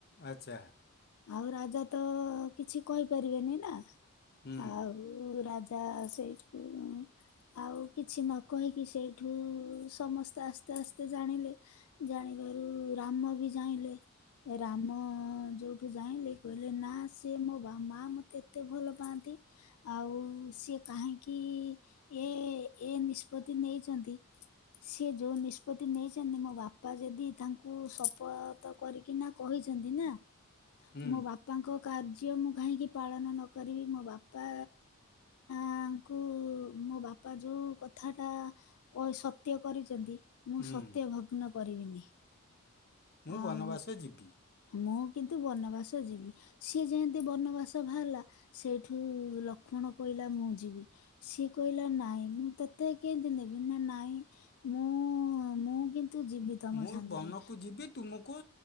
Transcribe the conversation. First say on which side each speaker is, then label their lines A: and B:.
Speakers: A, on the left (about 45°); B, on the left (about 85°).
A: ଆଚ୍ଛା।
B: ଆଉ ରାଜା ତ କିଛି କହିପାରିବେନି ନା।
A: ହୁଁ।
B: ଆଉ ରାଜା ସେଇଠୁ ଆଉ କିଛି ନ କହିକି ସେଇଠୁ ସମସ୍ତେ ଆସ୍ତେ ଆସ୍ତେ ଜାଣିଲେ। ଜାଣିବାରୁ ରାମ ବି ଚାହିଁଲେ ରାମ ଯୋଉ ଠୁ ଜାଇଲେ କହିଲେ ନା ସିଏ ମୋ ମା ମତେ ଏତେ ଭଲ ପାଆନ୍ତି। ଆଉ ସିଏ କାହିଁକି ଏ ଏ ନିଷ୍ପତ୍ତି ନେଇଛନ୍ତି। ସେ ଯୋଉ ନିଷ୍ପତି ନେଇଛନ୍ତି ମୋ ବାପା ଯଦି ତାଙ୍କୁ ଶପଥ ତ କରିକି ନା କହିଛନ୍ତି ନା
A: ହୁଁ
B: ମୋ ବାପାଙ୍କ କାର୍ଯ୍ୟ ମୁଁ କାହିଁକି ପାଳନ ନ କରିବି ମୋ ବାପା ଆଙ୍କୁ ମୋ ବାପା ଯୋଉ କଥା ଟା ସତ୍ୟ କରିଛନ୍ତି ମୁଁ
A: ହୁଁ
B: ସତ୍ୟ ଭଗ୍ନ କରିବିନି।
A: ମୁଁ
B: ଆଉ
A: ବନବାସ ଯିବି।
B: ମୁଁ କିନ୍ତୁ ବନବାସ ଯିବି ସିଏ ଯେମିତି ବନବାସ ବାହାରିଲା। ସେଇଠୁ ଲକ୍ଷ୍ମଣ କହିଲା ମୁଁ ଯିବି। ସିଏ କହିଲା ନାଇଁ ମୁଁ ତତେ କେନତି ନେବି ନା ନାଇଁ ମୁଁ ମୁଁ କିନ୍ତୁ ଯିବି। ତମ
A: ମୁଁ
B: ସାଙ୍ଗରେ
A: ବନକୁ ଯିବି ତୁମକୁ